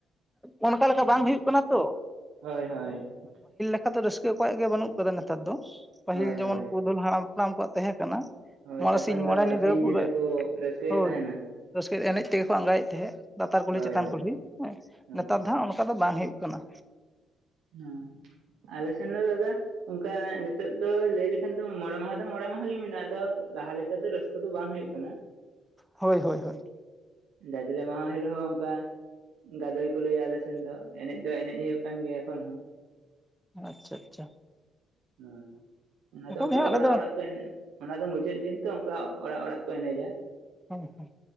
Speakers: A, in the centre; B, on the right.
A: ᱚᱱᱠᱟ ᱞᱮᱠᱟ ᱵᱟᱝ ᱦᱩᱭᱩᱜ ᱠᱟᱱᱟ ᱛᱚ ᱾
B: ᱦᱚᱭ ᱦᱚᱭ ᱾
A: ᱟᱫᱚ ᱨᱟᱹᱥᱠᱟᱹ ᱚᱠᱚᱭᱟᱜ ᱜᱮ ᱵᱟᱹᱱᱩᱜ ᱟᱠᱟᱫᱟ ᱱᱮᱛᱟᱨ ᱫᱚ ᱯᱟᱹᱦᱤᱞ
B: ᱦᱳᱭ
A: ᱡᱮᱢᱚᱱ
B: ᱦᱳᱭ
A: ᱯᱩᱨᱩᱫᱷᱩᱞ ᱦᱟᱲᱟᱢ ᱦᱟᱯᱲᱟᱢ ᱠᱚᱣᱟᱜ ᱛᱟᱦᱮᱸ ᱠᱟᱱᱟ ᱾
B: ᱦᱳᱭ
A: ᱢᱚᱬᱮ
B: ᱛᱚᱠᱷᱚᱱ
A: ᱥᱤᱧ ᱢᱚᱬᱮ
B: ᱫᱚ
A: ᱧᱤᱫᱟᱹ
B: ᱥᱤᱧ
A: ᱯᱩᱨᱟᱹ
B: ᱠᱚ ᱨᱟᱹᱥᱠᱟᱹᱭᱮᱫ
A: ᱦᱚᱭ
B: ᱛᱟᱦᱮᱱᱟ
A: ᱨᱟᱹᱥᱠᱟᱹ ᱯᱷᱤᱨ ᱮᱱᱮᱡ ᱛᱮᱜᱮ ᱠᱚ ᱟᱸᱜᱟᱭᱮᱫ ᱛᱟᱦᱮᱸᱫ ᱞᱟᱛᱟᱨ ᱠᱩᱞᱦᱤ
B: ᱦᱳᱭ
A: ᱪᱮᱛᱟᱱ
B: ᱦᱳᱭ
A: ᱠᱩᱞᱦᱤ ᱦᱮᱸ
B: ᱦᱳᱭ
A: ᱱᱮᱛᱟᱨ ᱫᱚ ᱦᱟᱸᱜ ᱚᱱᱠᱟ ᱫᱚ ᱵᱟᱝ ᱦᱩᱭᱩᱜ <unintelligible>
B: ᱦᱩᱸ ᱟᱞᱮ ᱥᱮᱱ ᱫᱚ ᱫᱟᱫᱟ ᱚᱱᱠᱟ ᱱᱤᱛᱚᱜ ᱫᱚ ᱞᱟᱹᱭ ᱞᱮᱠᱷᱟᱱ ᱫᱚ ᱢᱚᱬᱮ ᱢᱟᱦᱟ ᱫᱚ ᱢᱚᱬᱮ ᱢᱟᱦᱟ ᱜᱮ ᱢᱮᱱᱟᱜᱼᱟ ᱟᱫᱚ ᱞᱟᱦᱟ ᱞᱮᱠᱟ ᱫᱚ ᱨᱟᱹᱥᱠᱟᱹ ᱫᱚ ᱵᱟᱝ ᱦᱩᱭᱩᱜ ᱠᱟᱱᱟ ᱾
A: ᱦᱳᱭ ᱦᱳᱭ ᱦᱳᱭ᱾
B: ᱡᱟᱡᱞᱮ ᱢᱟᱦᱟ ᱦᱤᱞᱳᱜ ᱦᱚᱸ ᱚᱱᱠᱟ ᱜᱟᱫᱚᱭ ᱠᱚ ᱞᱟᱹᱭᱟ ᱟᱞᱮ ᱥᱮᱱ ᱫᱚ ᱮᱱᱮᱡ ᱫᱚ ᱮᱱᱮᱡ ᱦᱩᱭᱩᱜ ᱠᱟᱱ ᱜᱮᱭᱟ ᱮᱠᱷᱚᱱ ᱦᱚᱸ
A: ᱟᱪᱪᱷᱟ ᱟᱪᱪᱷᱟ
B: ᱦᱳᱭ ᱚᱱᱟᱫᱚ ᱚᱱᱠᱟ
A: ᱵᱚᱭᱦᱟ ᱟᱞᱮ
B: ᱚᱲᱟᱜ
A: ᱫᱚ
B: ᱚᱲᱟᱜ ᱠᱚ ᱮᱱᱮᱡ ᱚᱱᱟ ᱫᱚ ᱢᱩᱪᱟᱹᱫ ᱫᱤᱱ ᱛᱚ ᱚᱱᱠᱟ ᱚᱲᱟᱜ ᱚᱲᱟᱜ ᱠᱚ ᱮᱱᱮᱡᱟ᱾
A: <unintelligible>